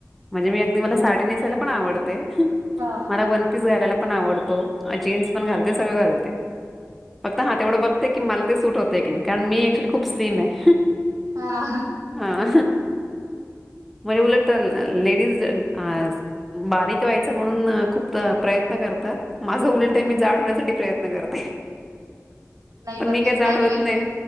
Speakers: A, in the centre; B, on the right (about 75°).
A: म्हणजे मी अगदी मला साडी नेसायला पण आवडते,
B: हां.
A: मला वन पीस घालायला पण आवडतो, आ जीन्स पण घालते सगळं घालते. फक्त हा तेवढं बघते की मला ते सूट होतं की नाही, कारण मी ऍक्चुअली खूप स्लीम आहे.
B: हां.
A: हा म्हणजे उलट लेडीज आ बारीक व्हायचं म्हणून खूप अ प्रयत्न कर आता माझं उलटंय मी जाड होण्यासाठी प्रयत्न करते.
B: नाही पण
A: मी काय
B: ते
A: जाड
B: चांगलं
A: होत नाही.